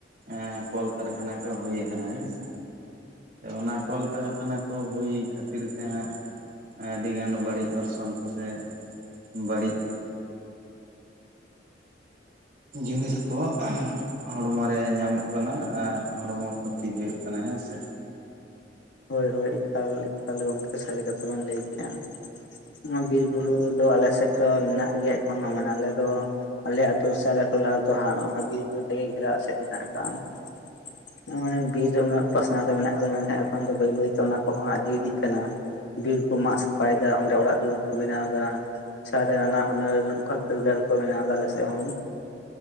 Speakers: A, on the right (about 55°); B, on the left (about 75°).
A: ᱮ ᱠᱚᱞ ᱠᱟᱨᱠᱷᱟᱱᱟ ᱠᱚ ᱦᱩᱭᱠᱟᱱᱟ ᱦᱮᱸ ᱥᱮ ᱾ ᱚᱱᱟ ᱠᱚᱞᱼᱠᱟᱨᱠᱷᱟᱱᱟ ᱠᱚ ᱦᱩᱭ ᱠᱷᱟᱹᱛᱤᱨ ᱛᱮ ᱦᱟᱸᱜ, ᱟᱹᱰᱤᱜᱟᱱ ᱵᱟᱹᱲᱤᱡ, ‌ᱚᱨᱥᱚᱝ ᱠᱚᱥᱮ ᱵᱟᱹᱲᱤᱡ ᱡᱤᱱᱤᱥ ᱠᱚ ᱦᱚᱲᱢᱚ ᱨᱮ ᱧᱟᱢᱚᱜ ᱠᱟᱱᱟ ᱟᱨ ᱦᱚᱲᱢᱚ ᱠᱷᱚᱛᱤ ᱦᱩᱭᱩᱜ ᱠᱟᱱᱟ ᱦᱮᱸ ᱥᱮ‌᱾
B: ᱦᱳᱭ ᱦᱳᱭ ᱮᱠᱟᱞ ᱮᱠᱟᱞ ᱜᱚᱢᱠᱮ ᱥᱟᱹᱨᱤ ᱠᱟᱛᱷᱟ ᱵᱮᱱ ᱞᱟᱹᱭ ᱠᱮᱜᱼᱟ ᱾ ᱱᱚᱣᱟ ᱵᱤᱨ ᱵᱩᱨᱩ ᱫᱚ ᱟᱞᱮᱥᱮᱫ ᱫᱚ ᱢᱮᱱᱟᱜ ᱜᱮᱭᱟ, ᱮᱠᱷᱚᱱᱚ ᱢᱟᱱᱮ ᱟᱞᱮ ᱫᱚ ᱾ ᱟᱞᱮ ᱟᱹᱛᱩ ᱥᱮ ᱴᱚᱞᱟ ᱨᱮ ᱫᱚ ᱦᱟᱸᱜ ᱚᱱᱟ ᱵᱤᱨ ᱵᱩᱨᱩ ᱛᱮᱜᱮ ᱜᱷᱮᱨᱟᱣ ᱮᱥᱮᱫ ᱢᱮᱱᱟᱜ ᱟᱠᱟᱟᱜᱼᱟ ᱾ ᱱᱚᱜᱚᱭ ᱵᱤᱨ ᱫᱚ ᱩᱱᱟᱹᱜ ᱯᱟᱥᱱᱟᱣ ᱛᱮ ᱢᱮᱱᱟᱜ ᱟᱠᱟᱫᱟ, ᱢᱮᱱᱠᱷᱟᱱ ᱮᱠᱷᱚᱱ ᱫᱚ ᱵᱟᱹᱭ ᱵᱟᱹᱭᱛᱮ ᱚᱱᱟ ᱠᱚᱦᱚᱸ ᱟᱤᱫᱤ ᱤᱫᱤᱜ ᱠᱟᱱᱟ ᱾ ᱵᱤᱨ ᱠᱚ ᱢᱟᱜ ᱥᱟᱯᱷᱟᱭᱮᱫᱟ ᱚᱸᱰᱮ ᱚᱲᱟᱜ ᱫᱩᱣᱟᱹᱨ ᱠᱚ ᱵᱮᱱᱟᱣ ᱮᱫᱟ ᱾ ᱥᱟᱨ ᱨᱮ ᱱᱟᱱᱟ ᱦᱩᱱᱟᱹᱨ ᱚᱱᱠᱟ ᱠᱟᱹᱨᱜᱟᱨ ᱠᱚ ᱵᱮᱱᱟᱣᱫᱟ ᱟᱞᱮ ᱥᱮᱫ ᱦᱚᱸ